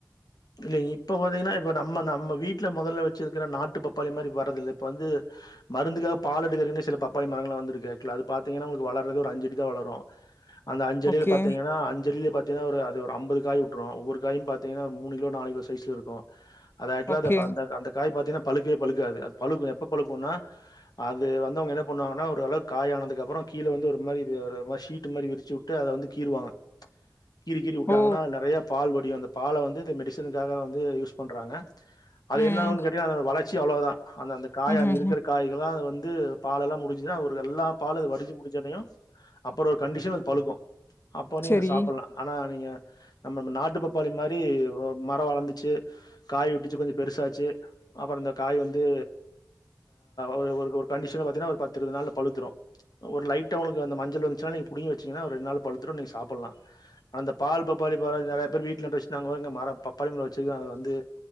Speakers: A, on the left; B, on the left.
A: இல்ல இப்ப பாத்தீங்கனா இப்ப நம்ம நம்ம வீட்ல மொதல்ல வச்சுருக்குற நாட்டு பப்பாளி மாரி வரதில்ல இப்ப வந்து மருந்துக்காக பால் எடுக்குறக்குன்னே சில பப்பாளி மரங்களா வந்துருக்கு <unintelligible> அது பாத்தீங்கனா உங்களுக்கு வளர்றது ஒரு அஞ்சடிதா வளரு அந்த அஞ்சடில
B: ஓகே
A: பாத்தீங்கன்னா அஞ்சடில பாத் தினா ஒரு அது ஒரு அம்பது காய் வுட்ரு ஒவ்வொரு காயும் பாத்தீங்கன்னா மூ மூணு கிலோ நாலு கிலோ சைஸ்ல இருக்கு அது ஆக்ட்லா
B: ஓகே
A: அத ப அந்த காய் பாத்தினா பழுக்கவே பழுக்காது அது பழுக்கு எப்ப பழுக்குன்னா அது வந்து அவுங்க என்ன பண்ணுவாங்கனா ஒரு அளவுக்கு காயானதுக்கப்றொ கீழ வந்து ஒரு மாரி ஒரு மாரி ஷீட்டு மாரி விரிச்சு வுட்டு அத வந்து கீறுவாங்க கீறி கீறி வுட்டாங்கன்னா
B: ஓ
A: அ நறைய பால் வடியு அந்த பால வந்து மெடிசனுக்காக வந்து யூஸ் பண்றாங்க அது
B: ம்.
A: என்னாவுன் கேட்டினா அதோட வளர் ச்சி அவ்ளொ தா அந்த அந்த காய்
B: ம்ஹ்ஹ்ம்.
A: அங்க இருக்கிற காய்களா அத வந் து பால் எல்லா முடிஞ்சதுன்னா ஒரு எல்லா பால் அது வடுஞ்சு முடுஞ்சோனயு அப்பற ஒரு கண்டிஷன் அது பழுக்கு அப்போ நீங்க
B: சரி.
A: அத சாப்புல்லா ஆனா நீங்க நம்மம்ம நாட்டு பப்பாளி மாரி யோ மரோ வளந்துச்சு காய் உட்டுச்சு கொஞ்ச பெருசாச்சு அப்புற இந்த காய் வந்து ஒரு ஒரு ஒர் கண்டிஷனா பாத்தீன்னா ஒரு பத்து இருவது நாள்ல பழுத்துரு ஒரு லைட்டா உவங்களுக்கு அந்த மஞ்சள் வந்துச்சுன்னா நீங்க புடுங்கி வெச்சிங்கன்னா ஒரு ரெண்டு நாள்ல பழுத்துரு நீங்க சாப்புல்லா அந்த பால் பப்பாளி பழோ நெறைய பேர் வீட்ல நட்டு வெச்சு நாங்க வாருங்க மரம் பப்பாளி மரோ வெச்சிருக்க அத வந்து